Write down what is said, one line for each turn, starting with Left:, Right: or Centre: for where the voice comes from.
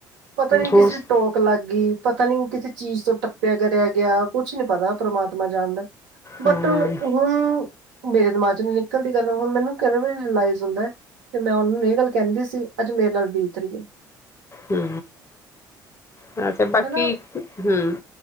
Right: ਪਤਾ ਨੀ ਕਿਸੇ
Left: ਹੋਸ
Right: ਦੀ ਟੋਕ ਲੱਗ ਗਈ ਪਤਾ ਨੀ ਕਿਸੇ ਚੀਜ਼ ਤੋਂ ਟੱਪਿਆ ਕਰਿਆ ਗਿਆ ਕੁਛ ਨੀ ਪਤਾ ਪ੍ਰਮਾਤਮਾ ਜਾਣ ਦਾ ਬਟ
Left: ਹਾਂ
Right: ਹੁਣ ਮੇਰੇ ਦਿਮਾਗ ਚ ਨ ਨਿਕਲਦੀ ਗੱਲ ਹੁਣ ਮੈਨੂੰ ਕ ਵੀ ਨ ਰਿਲਾਈਜ਼ ਹੁੰਦਾ ਤੇ ਮੈਂ ਉਹਨਾਂ ਨੂੰ ਇਹ ਗੱਲ ਕਹਿੰਦੀ ਸੀ। ਮੇਰੇ ਨਾਲ ਬੀਤ ਰਹੀਏ
Left: ਹੂ ਹਾਂ ਤੇ ਬਾਕੀ
Right: ਹਨਾ
Left: ਹੂ